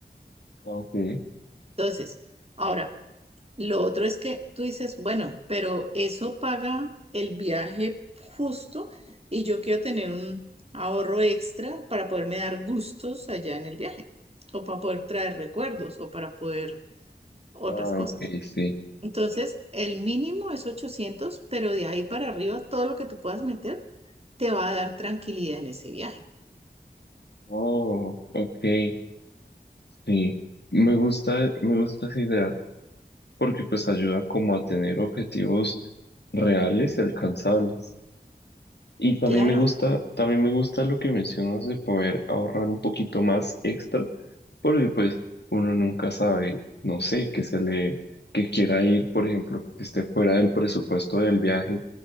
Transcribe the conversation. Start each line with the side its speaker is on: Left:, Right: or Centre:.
Left: Ah, ok.
Right: Entonces, ahora, lo otro es que tú dices, bueno, pero eso paga el viaje justo y yo quiero tener un ahorro extra para poderme dar gustos allá en el viaje o para poder traer recuerdos o para poder otras
Left: Ah,
Right: cosas.
Left: ok, sí.
Right: Entonces, el mínimo es 800, pero de ahí para arriba todo lo que tú puedas meter te va a dar tranquilidad en ese viaje.
Left: Oh, ok, sí. Me gusta, me gusta esa idea porque pues ayuda como a tener objetivos reales y alcanzables. Y también
Right: Claro,
Left: me gusta, también me gusta lo que mencionas de poder ahorrar un poquito más extra, porque pues uno nunca sabe, no sé, que se le, que quiera ir, por ejemplo, que esté fuera del presupuesto del viaje,